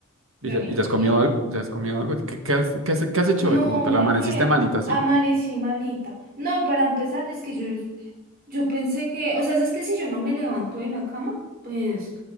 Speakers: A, on the right (about 80°); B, on the right (about 45°).
A: ¿Y
B: Tremendo
A: ya, y ya has
B: viaje.
A: comido algo? ¿Ya has comido algo? ¿Qué, qué has, qué has- qué has hecho
B: No,
A: hoy como tal?
B: mira
A: ¿Amaneciste
B: que
A: malita, sí?
B: amanecí malita. No, y para empezar, es que yo, yo pensé que, o sea, si es que si yo no me levanto de la cama, pues.